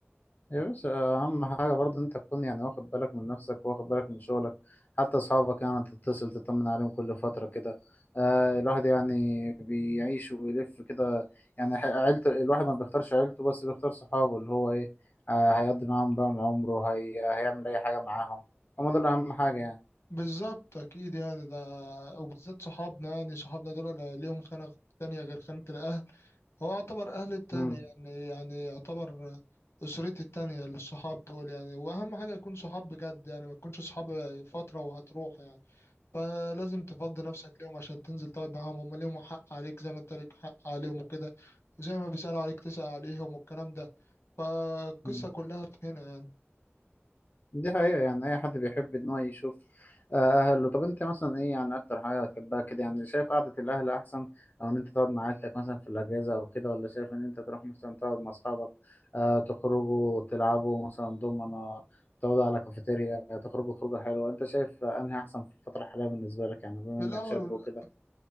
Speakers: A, on the left; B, on the left.
A: يا باشا أهم حاجة برضه إن أنت تكون يعني واخد بالك من نفسك واخد بالك من شغلك حتى أصحابك يعني تتصل تطمن عليهم كل فترة كده آه الواحد يعني بيعيش وبيلف كده يعني ح- عيلته الواحد ما بيختارش عيلته بس بيختار صحابه اللي هو إيه آه هيقضي معاهم بقى عمره هي... هيعمل أي حاجة معاهم هما دول أهم حاجة يعني
B: بالظبط اكيد يعني ده وبالذات صحابنا يعني صحابنا دول لا- ليهم خانة تانية غير خانة الاهل هو يعتبر اهل التاني
A: مم.
B: يعني يعني يعتبر اسرتي التانية للصحاب دول يعني واهم حاجة يكون صحاب بجد يعني ما تكونش صحاب فترة وهتروح يعني فلازم تفضي نفسك ليهم عشان تنزل تقعد معاهم هم ليهم حق عليك زي ما انت ليك حق عليهم وكده وزي ما بيسألوا عليك تسأل عليهم والكلام ده فالقصة
A: مم.
B: كلها في هنا يعني
A: دي حقيقة يعني أي حد بيحب إن هو يشوف آه، أهله طب أنت مثلا إيه يعني أكتر حاجة بتحبها كده يعني شايف قعدة الأهل أحسن أو إن أنت تقعد مع عيلتك مثلا في الأجازة أو كده ولا شايف إن أنت تروح مثلا تقعد مع أصحابك آه، تخرجوا تلعبوا مثلا دومنة تقعدوا على كافيتيريا تخرجوا خروجة حلوة أنت شايف آه، أنهي أحسن في الفترة الحالية بالنسبة لك يعني بما
B: في
A: إنك
B: الأول
A: شاب
B: وال-
A: وكده